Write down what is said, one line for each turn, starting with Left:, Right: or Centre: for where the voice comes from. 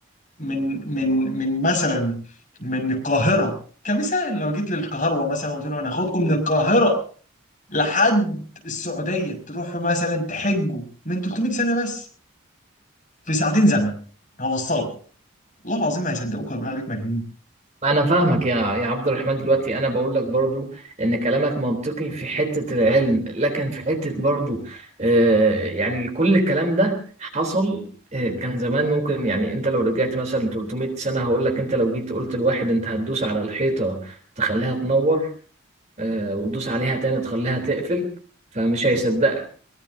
Left: من من من مثلا من القاهره كمثال لو جيت للقاهره مثلا وقلت لهم انا هاخدكم من القاهره لحد السعودية تروحوا مثلا تحجوا من 300 سنة بس في ساعتين زمن هوصلكم والله العظيم ما هيصدقوك هيقولوا عليك مجنون
Right: انا فاهمك يا يا عبد الرحمن دلوقتي انا بقول لك برضو ان كلامك منطقي في حتة العلم لكن في حتة برضو آه يعني كل الكلام ده حصل آه كان زمان ممكن يعني انت لو رجعت مثلا 300 سنة هقول لك انت لو جيت قلت لواحد انت هتدوس على الحيطة تخليها تنور آه وتدوس عليها تاني تخليها تقفل فمش هيصدقك